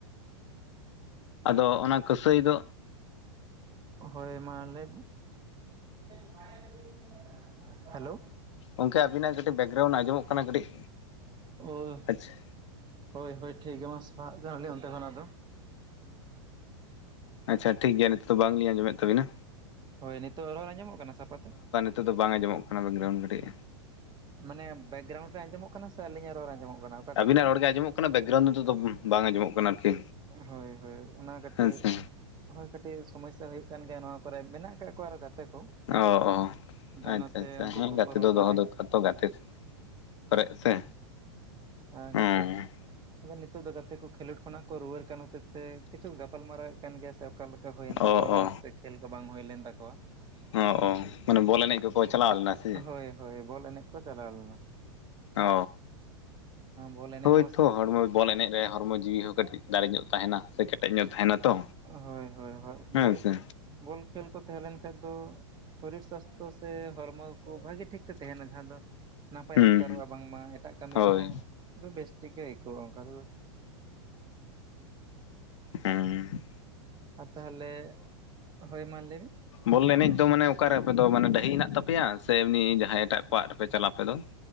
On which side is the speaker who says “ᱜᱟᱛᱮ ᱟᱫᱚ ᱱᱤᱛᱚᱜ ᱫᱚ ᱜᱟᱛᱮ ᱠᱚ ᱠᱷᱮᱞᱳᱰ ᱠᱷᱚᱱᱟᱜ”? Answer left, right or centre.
Right